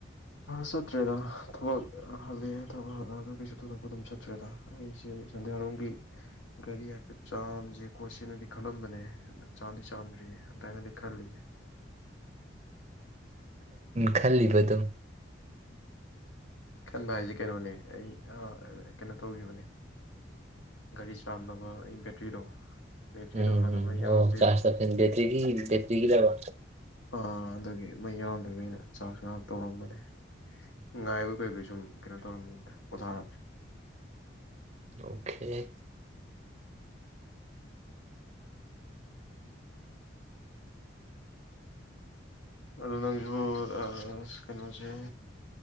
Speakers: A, on the left (about 80°); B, on the right (about 35°).
A: ꯆꯠꯇ꯭ꯔꯦꯗ ꯊꯕꯛ ꯍꯜꯂꯛꯑꯦ ꯊꯕꯛ ꯍꯜꯂꯛꯑꯒ ꯀꯩꯁꯨ ꯊꯗꯛꯄ ꯑꯗꯨꯝ ꯆꯠꯇ꯭ꯔꯦꯗ ꯑꯩꯁꯦ ꯁꯟꯗꯦꯜ ꯍꯔꯣꯝꯒꯤ ꯒꯥꯔꯤ ꯍꯥꯏꯐꯦꯠ ꯆꯥꯝꯁ ꯈꯣꯠꯁꯦꯅꯗꯤ ꯈꯜꯂꯝꯕꯅꯦ ꯆꯥꯝꯗꯤ ꯆꯥꯝꯗ꯭ꯔꯤꯌꯦ ꯑꯗꯨꯃꯥꯏꯅꯗꯤ ꯈꯜꯂꯤ
B: ꯈꯜꯂꯤꯕ ꯑꯗꯨꯝ
A: ꯈꯟ ꯍꯥꯏꯁꯦ ꯀꯩꯅꯣꯅꯦ ꯑꯩ ꯀꯩꯅꯣ ꯇꯧꯈꯤꯕꯅꯦ ꯒꯥꯔꯤ ꯆꯥꯝꯅꯕ ꯑꯩ ꯕꯦꯇ꯭ꯔꯤꯗꯣ ꯕꯦꯇ꯭ꯔꯤꯗꯣ
B: ꯎꯝ
A: ꯍꯥꯟꯅ ꯃꯩ
B: ꯎꯝ
A: ꯌꯥꯎꯔꯝꯗꯦꯕꯀꯣ
B: ꯑꯣ ꯆꯔ ꯆ ꯐꯦꯇꯦ ꯗꯦ꯭ ꯀ ꯂꯩꯕ
A: ꯑ ꯑꯗꯨꯒꯤ ꯃꯩ ꯌꯥꯎ ꯑꯗꯨ ꯑꯩꯅ ꯆꯥꯛ ꯆ ꯉꯥꯡ ꯇꯧꯔꯝꯕꯅꯦ ꯉ ꯑꯦꯕꯨ ꯀ ꯁꯨꯝ ꯀꯩꯅꯣ ꯇ ꯀꯣꯊꯥ
B: ꯑꯣꯦ
A: ꯑꯗꯣ ꯅꯪꯁꯨ ꯀꯩꯅꯣꯁꯦ